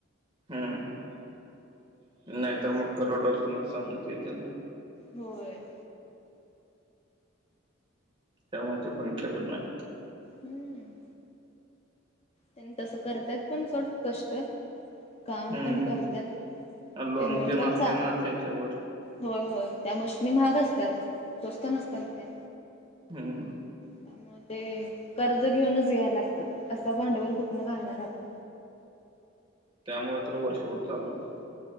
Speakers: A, on the right; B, on the left.
A: हम्म, नाही
B: तेच
A: तर मग
B: की.
A: करोडचं नुकसान होतंय त्यांना.
B: होय. ‌
A: त्यामुळे ते पण खेवत नाही.
B: हम्म. त्यांनी तसं करत्यात पण सोड कष्ट. काम
A: हम्म
B: पण करत्यात
A: लोन
B: पेमेंट
A: ते नसते
B: पण चा-
A: ना त्यांच्यावर
B: होय होय, त्या मशनी महाग असत्यात स्वस्त नसत्यात त्या.
A: हम्म. ‌
B: त्यामुळे ते कर्ज घेऊनच घ्यायला लागतात. असा भांडवल कुठूनं घालणार आपण.
A: त्यामुळे तर वर्षभर चालू असतय.